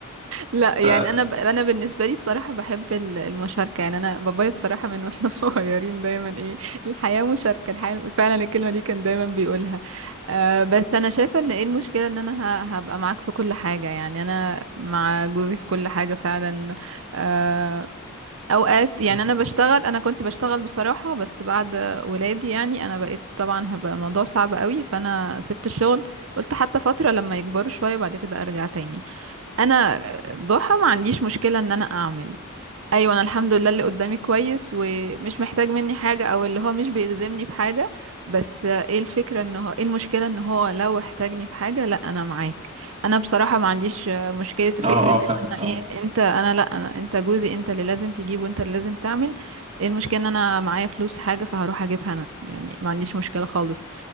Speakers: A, on the right; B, on the right.
A: لا
B: ف
A: يعني انا ب... انا بالنسبه لي بصراحه بحب ال- المشاركه يعني انا بابايا بصراحه من واحنا <laughs> صغيرين دايما ايه الحياه مشاركه الحياه فعلا الكلمه دي كان دايما بيقولها آه بس انا شايفه ان ايه المشكله ان انا ه... هبقى معاك في كل حاجه يعني انا مع جوزي في كل حاجه فعلا آه، اوقات يعني
B: برافو
A: انا بشتغل انا كنت بشتغل بصراحة بس بعد ولادي يعني انا بقيت طبعا هبقى الموضوع صعب قوي فانا سبت الشغل قلت حتى فترة لما يكبروا شوية بعد كده ارجع تاني انا ضحى ما عنديش مشكلة ان انا اعمل ايوه انا الحمد لله اللي قدامي كويس ومش محتاج مني حاجة او اللي هو مش بيلزمني بحاجة بس ايه الفكرة ان هو ايه المشكلة ان هو لو احتاجني في حاجة لا انا معاك انا بصراحة ما عنديش مشكلة فكرة
B: اه برافو.
A: ان
B: اه فاهم
A: انا
B: اه
A: ايه انت انا لا انا انت جوزي انت اللي لازم تجيب وانت اللي لازم تعمل ايه المشكلة ان انا معايا فلوس حاجة فهروح اجيبها انا يعني ما عنديش مشكلة خالص